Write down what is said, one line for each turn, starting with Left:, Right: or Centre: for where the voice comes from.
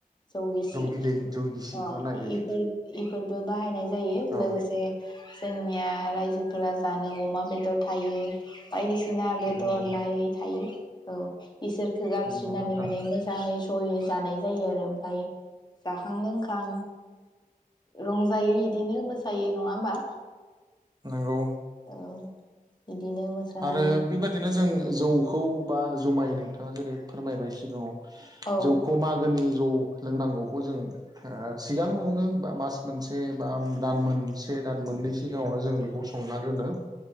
Left: जौ गिसि
Right: बिदै जौ गिसिखौ
Left: ओ
Right: नागिरो
Left: इफोर इफोरबो बाहायनाय जायो
Right: औ
Left: लोगोसे जोंनिया रायजोफोरा जानो अमा बेदर थायो। बायदि सि ना बेदर
Right: नंगौ
Left: नायै थायो औ इसोरखौ गाबज्रिनानै
Right: नंगौ नोंथां
Left: माने मोजाङै जयै जानाय जायो आरो ओमफफ्राय जाखां लोंखां रंजायो बिदिनो मोसायो नङा होमबा?
Right: नोंगौ।
Left: औ इदिनो मोसानानै
Right: आरो बेबादिनो जों जौखौ बा जुमाय नोंथाङा जेरै फोरमायबाय सिगाङाव।
Left: औ
Right: जौखौ मागोनि जौ लोंनांगौखौ जों सिगाङावनो बा मास मोनसे बा दान मोनसे दान मोननै सिगाङावनो जों बेखौ संना दोनो।